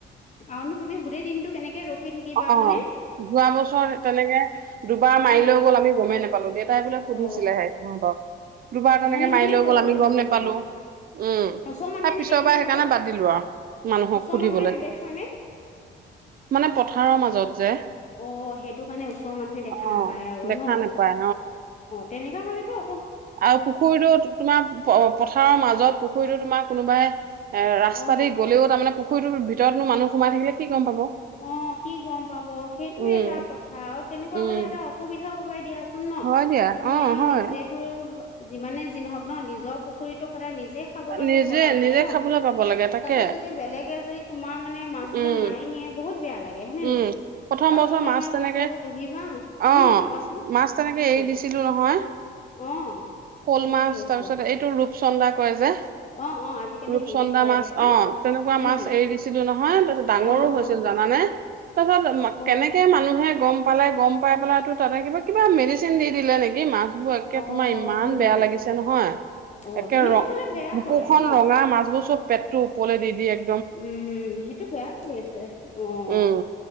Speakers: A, on the left; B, on the right.
A: আৰু নো তুমি গোটেই দিনটো কেনেকে ৰখি থাকিবা
B: অ'
A: হয় নে?
B: যোৱা বছৰ তেনেকে দুবাৰ মাৰি
A: অ
B: লৈ গ'ল আমি গ'মেই নোপালো, দেউতাই বোলে সুধিছিলেহে।
A: অ
B: অ', ব দুবাৰ তেনেকে
A: মনে
B: মাৰি
A: মনে
B: লৈ গ'ল আমি
A: মানে
B: গ'ম নোপালো।
A: মাৰি
B: উম,
A: ওচৰৰ মানুহে
B: এই
A: নেদেখেনে
B: পিছৰবাৰ সেইকাৰণে
A: বাৰু
B: বাদ দিলো আৰু মানুহক
A: ওচৰৰ
B: সুধিবলৈ।
A: মানুহে নেদেখ হয়নে
B: মানে পথাৰৰ মাজত যে।
A: অ', সেইটো কাৰণে ওচৰৰ মানুহে দেখা
B: অ'
A: নাপায় আৰু
B: দেখা
A: ন' অ',
B: নাপায়
A: তেনেকা হ'লে তো
B: আৰু পুখুৰীটো তোমাৰ পথাৰৰ মাজত পুখুৰীতো তোমাৰ কোনোবাই এ ৰাস্তা
A: অ
B: দি গ'লেও তাৰমানে পুখুৰটোৰ ভিতৰতনো মানুহ সোমাই থাকিলে কি গ'ম পাব।
A: অ', কি গ'ম পাব সেইটোয়
B: উম,
A: এটা কথা আৰু তেনেকুৱা
B: উম,
A: হ'লে এটা অসুবিধাও হয় দিয়াচোন ন'।
B: হয় দিয়া অ',
A: তুমি আৰু
B: হয়
A: নিজেতো যিমানে যিহওক ন' নিজৰ পুখুৰীটো সদায় নিজে খাবলৈহে
B: নিজে
A: কৰা যায়
B: নিজে
A: ন'!
B: খাবলৈ পাব লাগে তাকে
A: তাতে যদি বেলেগে যদি তোমাৰ মানে মাছ বিলাক
B: উম,
A: মাৰি নিয়ে বহুত বেয়া লাগে। লাগে হয় নে
B: উম,
A: নহয়
B: প্ৰথম
A: আৰু
B: বছৰ
A: তুমি
B: মাছ
A: ইমান
B: তেনেকে
A: কষ্টকৈ পঢ়িবা উম,
B: অ',
A: কোৱাচোন।
B: মাছ তেনেকে
A: সেইটোৱে
B: এৰি দিছিলো নহয়।
A: অ'।
B: শ'ল
A: ভালে
B: মাছ
A: কৰিছিলা
B: তাৰপিছত এইটো ৰূপচন্দা কয় যে।
A: অ অ আজিকালি
B: ৰূপচন্দা
A: হেৰিতে কৰে
B: মাছ
A: নহয়
B: অ', তেনেকুৱা
A: উম
B: মাছ এৰি দিছি লো নহয় তাৰপাছত ডাঙৰো
A: অ
B: হৈছিল
A: অ
B: জানানে, তাৰপিছত কেনেকে
A: অ
B: মানুহে গ'ম পালে গ'ম পাই পেলাই তো তাতে কিবা কিবা মেডিচিন দি দিলে নেকি মাছ বোৰ একে
A: অ
B: তোমাৰ ইমান
A: হয় নেকি
B: বেয়া লাগিছে নহয়।
A: অ
B: একে
A: তেনেকুৱা
B: ৰ
A: হলে বেয়া
B: বুকুখনন
A: কৰে ন
B: ৰঙা মাছবোৰ চব পেটটো ওপৰলে দি দিয়ে এক
A: উম সেইটো বেয়া কৰি আছে। অ',
B: উম